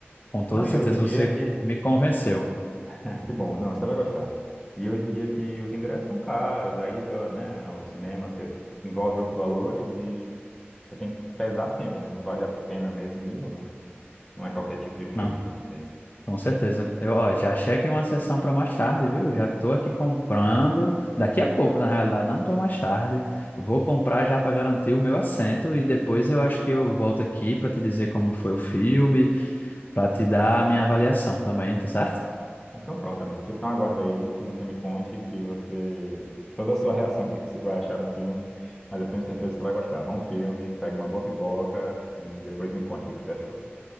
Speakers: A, on the left; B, in the centre.
A: Com toda
B: Não, e
A: certeza
B: hoje em dia
A: você
B: que
A: me convenceu.
B: <laughs> Ah, Que bom, não, você vai gostar. E hoje em dia que os ingressos são caros, a ida, né, ao cinema você envolve outros valores e você tem que pesar sempre, né, se vale a pena mesmo ir ou não. Não é qualquer tipo de filme.
A: Não,
B: É
A: com certeza. Eu, ó, já achei aqui uma sessão para mais tarde, viu? Já tô aqui comprando. Daqui a pouco, na realidade, não tô mais tarde. Vou comprar já para garantir o meu assento e depois eu acho que eu volto aqui para te dizer como foi o filme, para te dar a minha avaliação também, tá certo?
B: Então pronto, amigo, fico na aguarda aí de que você me conte, que você... toda a sua <laughs> reação, o que que você vai achar do filme, mas eu tenho certeza que você vai gostar. Bom filme, pegue uma boa pipoca e depois me conte o que que você achou.